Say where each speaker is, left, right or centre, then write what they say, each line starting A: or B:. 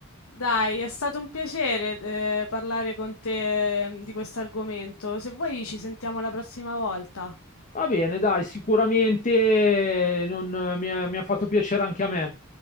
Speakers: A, on the left (about 65°); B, on the left (about 35°).
A: Dai, è stato un piacere, eh, parlare con te, eh, di questo argomento. Se vuoi ci sentiamo la prossima volta.
B: Va bene, dai, sicuramente non- mi ha mi ha fatto piacere anche a me.